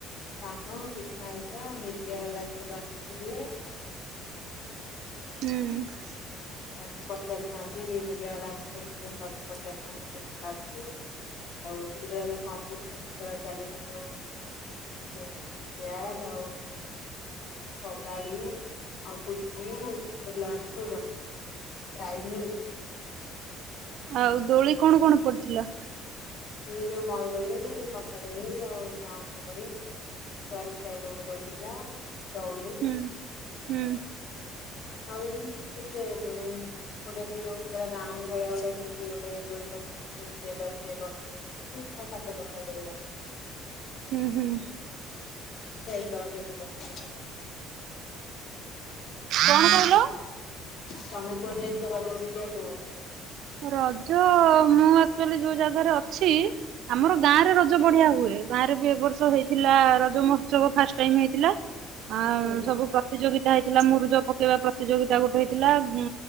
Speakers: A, on the left; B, on the right.
A: ପାନ ଖାଇବା ମିଡିଆ ବାଲା ବି ସବୁ ଆସିଥିଲେ।
B: ହୁଁ।
A: ଏମତି ପଚାରୁିଥାନ୍ତି ବୁଝ ବାଲା ସବୁ ଲଗି ପଚାରୁିଥାନ୍ତି କେମିତି ଲାଗୁଛି। <unintelligible> କେୟାର ଆଉ କବାଡ଼ି ଆଉ ପୁଚି ଛୋଟ ପିଲା ମାନେ ଖେଳୁଛନ୍ତି। ପ୍ରାଇଜ୍ ମିଲୁଚି।
B: ଆଉ ଦୋଳି କଣ କଣ ପଡିଥିଲା?
A: ଦୋଳି ଯୋଉ ମଇଦୋଳି, କଟା ଦୋଳି ଆଉ ବାଉଁଶ ଦୋଳି। <unintelligible>
B: ହୁଁ ହୁଁ
A: <unintelligible> <unintelligible> ଛ ସାତ ପ୍ରକାର ଦୋଳି ଲାଗିଥିଲା।
B: ହୁଁ ହୁଁ।
A: <unintelligible>
B: କଣ କହିଲ?
A: ତମେ କୁଆଡେ ଯାଇଚ ରଜରେ ବୁଲିବାକୁ?
B: ରଜ ମୁଁ ଆକଚୁଆଲି ଯୋଉ ଜାଗାରେ ଅଛି ଆମର ଗାଁ ରେ ରଜ ବଢିଆ ହୁଏ ଗାଁରେ ବି ଏବ ବର୍ଷ ହେଇଥିଲା ରଜ ମହୋତ୍ସବ ଫାଷ୍ଟ ଟାଇମ ହେଇଥିଲା ଆ
A: ହୁଁ
B: ସବୁ ପ୍ର ପ୍ରତିଯୋଗିତା ହେଇଥିଲା ମୁରୁଜ ପକେଇବା ପ୍ରତିଯୋଗିତା ଗୋଟାଏ ହେଇଥିଲା ଅଁ